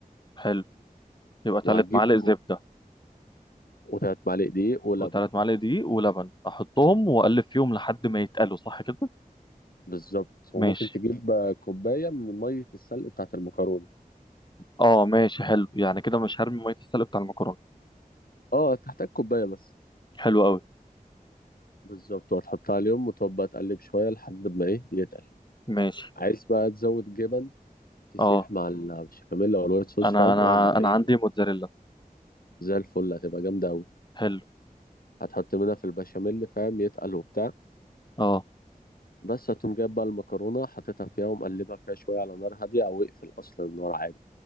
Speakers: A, on the left; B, on the left.
A: حلو يبقى
B: وهتجيب
A: ثلاث معالق
B: كو-
A: زبدة
B: وثلاث معالق دقيق ولبن
A: وثلاث معالق دقيق ولبن احطهم واقلب فيهم لحد ما يتقلوا صح كده
B: بالظبط وممكن
A: ماشي
B: تجيب آه، كوباية من مية السلق بتاعة المكرونة
A: اه ماشي حلو يعني كده مش هرمي مية السلق بتاع المكرونة
B: اه تحتاج كوباية بس
A: حلو قوي
B: بالظبط وتحطها عليهم وتبقى تقلب شوية لحد ما ايه يتقل
A: ماشي
B: عايز بقى تزود جبن تسيح
A: اه
B: مع البشاميل او الوايت صوص
A: انا
B: فاهم
A: انا
B: لو عندك
A: انا
B: اي
A: عندي موتزاريلا
B: زي الفل هتبقى جامدة اوي
A: حلو
B: هتحط منها في البشاميل فاهم يتقل وبتاع
A: اه
B: بس هتقوم جايب بقى المكرونة حاططها فيها ومقلبها فيها شوية على نار هادية او اقفل اصلا النار عادي